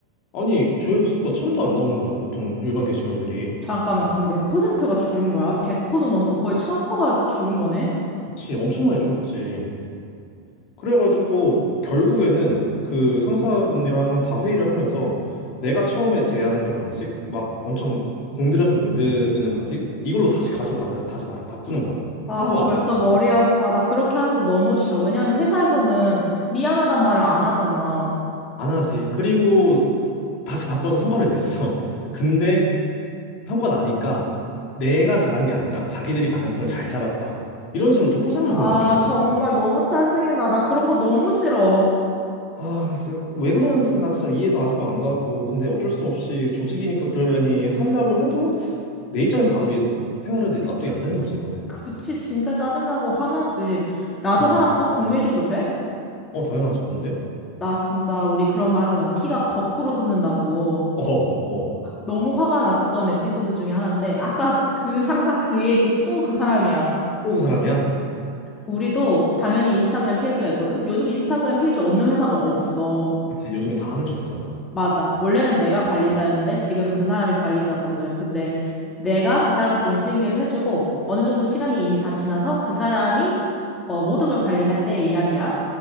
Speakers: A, on the left; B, on the left.
A: 아니, 조회수가 천도 안 나오는 거야, 보통 일반 게시물들이.
B: 잠깐만, 그럼 몇 퍼센트가 줄은 거야? 100%도 넘고 거의 1000%가 줄은 거네?
A: 그치, 엄청 많이 줄었지. 그래가지고, 결국에는 그 상사분이랑 다 회의를 하면서, 내가 처음에 제안했던 방식, 막 엄청 공들여서 만드는 방식, 이걸로 다시 가자고 나한테 다시 말을 바꾸는 거야.
B: 아,
A: 성과가
B: 벌써
A: 안,
B: 머리 아파. 나 그렇게 하는 거 너무 싫어. 왜냐면 회사에서는 미안하단 말을 안 하잖아.
A: 안 하지. 그리고 다시 바꿔서 성과를 냈어. <laughs> 근데 성과 나니까 내가 잘한 게 아니라 자기들이 방향성을 잘 잡았다. 이런 식으로 또 포장을
B: 아,
A: 하는 거예요, 걔네가.
B: 정말 너무 짜증이 나. 나 그런 거 너무 싫어.
A: 아, 진짜 왜 그러는지 나 진짜 이해도 아직도 안 가고. 근데 어쩔 수 없이 조직이니까 그러려니 하려고 해도 내 입장에서 아무리 생각을 해도 납득이 안 되는 거지, 이번엔.
B: 그치, 진짜 짜증나고 화나지. 나도
A: 음.
B: 하나 또 공유해줘도 돼?
A: 어, 당연하지. 뭔데?
B: 나 진짜, 우리 그런 말 하잖아. 피가 거꾸로 솟는다고.
A: 어, 어.
B: 너무 화가 났던 에피소드 중에 하나인데, 아까 그 상사 그 얘기 또 그 사람이야.
A: 또 그 사람이야?
B: 우리도 당연히 인스타그램 페이지가 있거든? 요즘 인스타그램 페이지 없는 회사가 어딨어.
A: 그치, 요즘에 다 하는 추세잖아.
B: 맞아. 원래는 내가 관리자였는데 지금은 그 사람이 관리자거든. 근데 내가 그 사람한테 인수인계를 해주고 어느 정도 시간이 이미 다 지나서 그 사람이 어, 모든 걸 관리할 때의 이야기야.